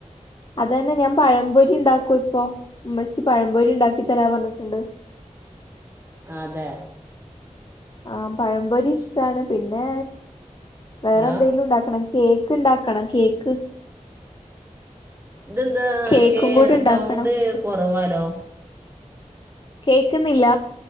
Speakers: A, on the left (about 35°); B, on the right (about 20°).
A: അത് തന്നെ ഞാൻ പഴപൊരി ഉണ്ടാക്കോ ഇപ്പൊ ഉമ്മസി പഴമ്പല ഉണ്ടാക്കി തരാ പറഞ്ഞിട്ടുണ്ട്
B: അതെ
A: ആ പഴംപൊരി ഇഷ്ടാണ് പിന്നെ വേറെ
B: ഹലോ
A: എന്തെലും ഉണ്ടാക്കണം കേക്ക് ഇണ്ടാക്കണം കേക്ക്
B: ഇതന്താ
A: കേക്കും
B: കേ
A: കൂടി ഉണ്ടാക്കണം
B: സൗണ്ട് കുറവാലോ
A: കേക്കുന്നില്ല